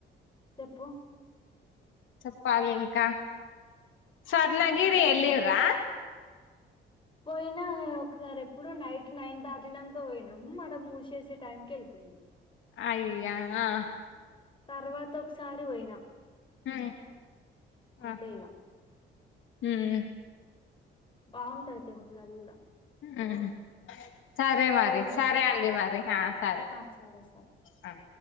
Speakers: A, on the left; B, on the left.
A: చెప్పు.
B: చెప్పాలి ఇంకా. స్వర్ణగిరి
A: చెప్పు
B: ఎల్లింర్రా.
A: పోయినా ఒకసారి ఎప్పుడొ నైట్ నైన్ దాటినంక పోయినాం మల్ల మూసేసే టైంకి వెళ్ళిపోయినాం.
B: అయ్యా ఆహ్.
A: తర్వాత ఒకసారి పోయినాం.
B: ఉమ్
A: అంతే
B: ఆహా
A: ఇగ
B: ఉమ్మ్.
A: బాగుంటది టెంపుల్ అది కూడా.
B: ఉమ్ సరే మరి
A: నువ్వు పోయినావా
B: సరే అండి మరి హా సరే
A: ఆ సరే సరే
B: హ్